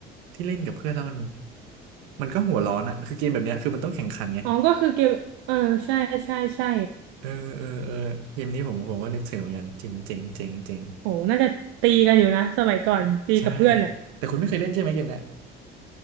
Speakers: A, on the right; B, on the right.
A: ที่เล่นกับเพื่อนแล้วมันมันก็หัวร้อนอะคือเกมแบบเนี้ยคือมันต้องแข่งขันไง
B: อ๋อก็คือเกมเออใช่ใช่ใช่
A: เออเออเออเกมนี้ผมผมก็นึกถึงเหมือนกันจริงจริงจริงจริง
B: โหน่าจะตีกันอยู่นะสมัยก่อนตีกับเพื่อนเนี่ย
A: ใช่แต่คุณไม่เคยเล่นใช่ไหมเกมเนี้ย